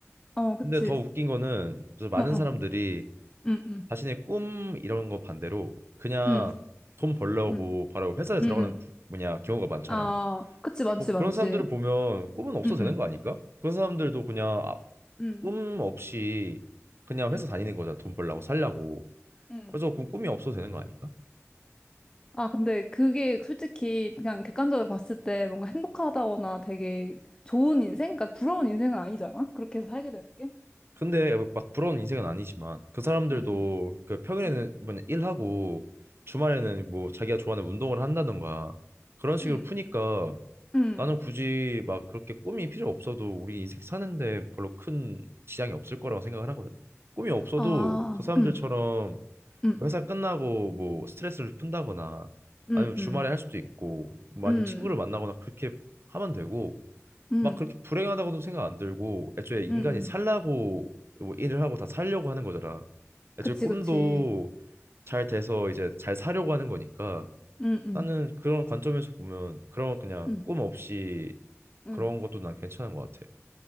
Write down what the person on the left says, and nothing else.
어, 그치.
어, 어,
음, 음,
음,
음,
음, 음.
아, 그치, 많지,
많지.
음,
음,
음,
음,
음.
아, 근데 그게 솔직히 그냥 객관적으로 봤을 때 뭔가 행복하다거나 되게 좋은 인생? 그러니까 부러운 인생은 아니잖아? 그렇게 해서 살게 되는 게.
음, 음,
음,
음.
음.
아,
음, 음,
음,
음,
음,
음,
음, 음.
그치,
그치.
음, 음,
음,
음.